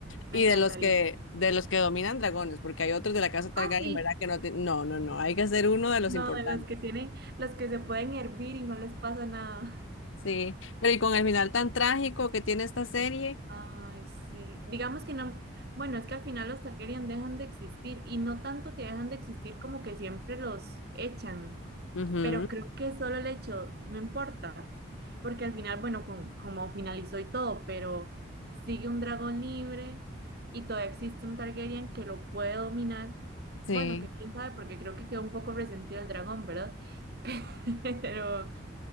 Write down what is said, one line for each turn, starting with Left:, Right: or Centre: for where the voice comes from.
Right: Me
Left: Y
Right: encantaría.
Left: de los que, de los que dominan dragones, porque hay otros de la casa Targaryen,
Right: Ah, sí.
Left: ¿verdad? Que no, ti- no, no, no, hay que ser uno de los
Right: No,
Left: importantes.
Right: de los que tienen, los que se pueden hervir y no les pasa nada.
Left: Sí, pero y con el final tan trágico que tiene esta serie.
Right: Ay, sí. Digamos que no, bueno, es que al final los Targaryen dejan de existir y no tanto que dejan de existir como que siempre los echan,
Left: Ujú,
Right: pero creo que solo el hecho, no importa. porque al final, bueno, con, como finalizó y todo, pero sigue un dragón libre y todavía existe un Targaryen que lo puede dominar.
Left: sí.
Right: Bueno, que quién sabe, porque creo que quedó un poco resentido el dragón, ¿verdad? <laughs> Pero,